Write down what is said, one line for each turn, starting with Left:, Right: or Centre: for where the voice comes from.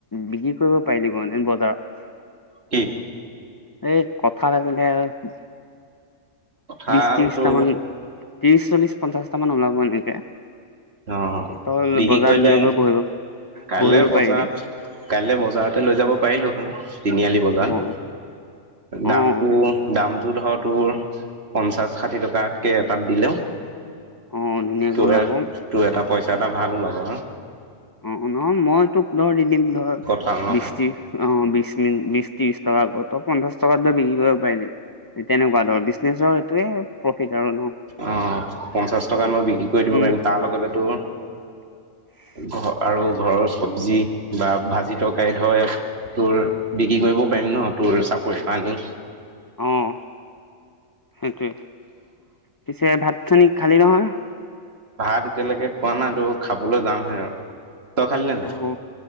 Left: বিক্ৰী কৰিব পাৰিলি গজেন বজাৰ-
Right: কি
Left: এই কঠাল আাকিলে আৰু-
Right: কঁঠালটো
Left: বিশ ত্ৰিশটামান ত্ৰিশ চল্লিশ পঞ্চাশটা মান ওলাব এনেকে।
Right: অ
Left: তই
Right: বিক্ৰী
Left: বজাৰত
Right: কৰিলে।
Left: লৈ গৈ বহিব
Right: কাইলৈ
Left: বহিব
Right: বজাৰ
Left: পাৰিবি
Right: কাইলে বজাৰতে লৈ যাব পাৰিলো হয়। তিনিআলি বজাৰ
Left: অ', অ',
Right: দামটো দামটো ধৰ তোৰ পঞ্চাশ ষাঠি টকাতকে এটাত দিলেও
Left: অ ধুনীয়া
Right: তোৰ
Left: গোৰাবো
Right: তোৰ এটা পইচা এটা ভাল ওলব হা
Left: অ অ মই তোক ধৰ দি দিম ধৰ
Right: কঁঠাল ন
Left: বিশ ত্ৰিশ অ বিশ মিন বিশ ত্ৰিশ টকা আকৌ ত পঞ্চাশ বিক্ৰী কৰিব পাৰিলম তেনেকুৱা ধৰ বিজনেচৰ এইটোৱে আৰু ন
Right: অ পঞ্চাশ টকাত মই বিক্ৰী কৰি দিব
Left: উম,
Right: পাৰিম তাৰ লগতেতো
Left: <inaudible>
Right: ঘ আৰু ঘৰৰ চব্জি বা ভাজি তৰকাৰী ধ তোৰ বিক্ৰী কৰিব পাৰিম ন তোৰ চাপৰি পানী।
Left: অ', সেইটোৱে, পিছে ভাত-চানী খালী নহয়?
Right: ভাত এতিয়ালৈকে খোৱা নাই তো খাবলৈ যামহে আৰু। তই খালি নে নাই?
Left: অ',